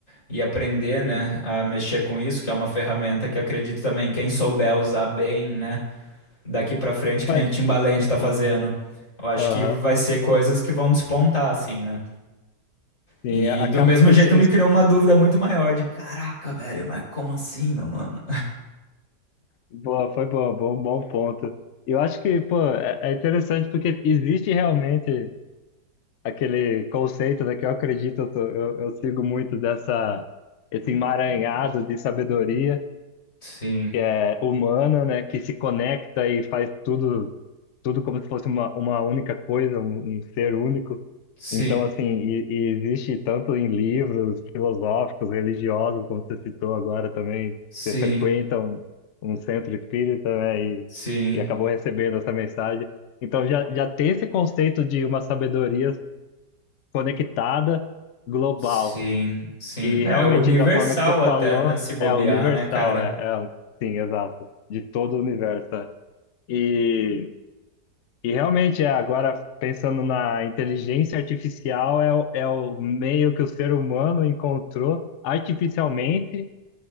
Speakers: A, on the left; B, on the left.
A: e aprender, né,
B: sim.
A: a mexer com isso, que é uma ferramenta que acredito também, quem souber usar bem, né, daqui pra frente, que
B: Mas,
A: nem o Timbaland tá fazendo,
B: ah,
A: eu acho
B: Aham,
A: que vai ser coisas que vão despontar, assim, né?
B: sim.
A: E
B: Acaba
A: do mesmo
B: que os,
A: jeito me criou uma dúvida muito maior de, caraca, velho, mas como assim, meu mano?
B: Boa, foi boa, bom, bom ponto. Eu acho que, pô, é, é interessante porque existe realmente aquele conceito, né, que eu acredito, eu, tô- eu, eu sigo muito dessa, esse emaranhado de sabedoria
A: Sim,
B: que é humana, né, que se conecta e faz tudo, tudo como se fosse uma, uma única coisa, um, um ser único.
A: sim,
B: Então, assim, e, e existe tanto em livros filosóficos, religiosos, como você citou agora também,
A: sim,
B: você frequenta um, um centro espírita, né, e,
A: sim,
B: e acabou recebendo essa mensagem. Então, já, já tem esse conceito de uma sabedoria conectada, global,
A: sim, sim.
B: e
A: É
B: realmente,
A: universal
B: da forma que você falou,
A: até, né, se bobear,
B: é universal,
A: né, cara?
B: é, é sim, exato, de todo o universo. é. E e realmente, é, agora pensando na inteligência artificial, é o, é o meio que o ser humano encontrou artificialmente,